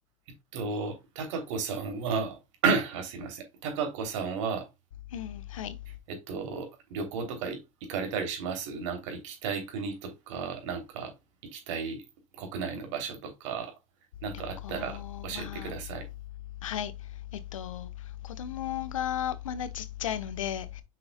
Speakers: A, on the right; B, on the left.
A: えっと、たかこさんは、<clears throat> <coughs> あ、すいません。たかこさんは、
B: うん、はい。
A: えっと、旅行とかい行かれたりしますなんか行きたい国とか、なんか行きたい国内の場所とか、なんかあったら教えてください。
B: 旅行は、はい。えっと、子供がまだちっちゃいので、